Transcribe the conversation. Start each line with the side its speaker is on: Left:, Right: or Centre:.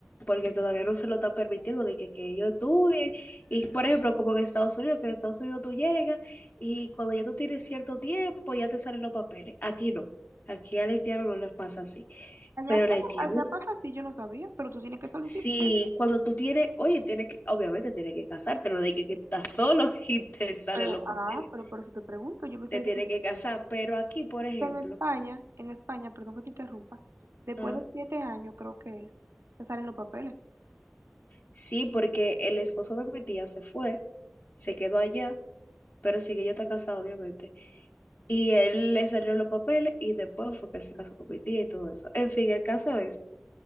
Left: porque todavía no se lo están permitiendo de que, que ellos estudien. Y, por ejemplo, como en Estados Unidos, que en Estados Unidos tú llegas y cuando ya tú tienes cierto tiempo ya te salen los papeles. Aquí no. Aquí al haitiano no les pasa así.
Right: Allá,
Left: Pero
Right: son-
Left: el haitiano,
Right: allá pasa así, yo no sabía, pero tú tienes que solicitar.
Left: sí, cuando tú tienes, oye, tienes que, obviamente tienes que casarte, lo de que, que estás solo <laughs> y te salen
Right: Pero,
Left: los papeles.
Right: ah, pero por eso te pregunto, yo pensé
Left: te tiene
Right: que...
Left: que casar. Pero aquí, por ejemplo,
Right: Pero en España, en España, perdón que te interrumpa, después
Left: ajá,
Right: de siete años creo que es, te salen los papeles.
Left: sí, porque el esposo de mi tía se fue, se quedó allá, pero sí que yo está casado, obviamente. Y él le salió los papeles y después fue que él se casó con mi tía y todo eso. En fin, el caso es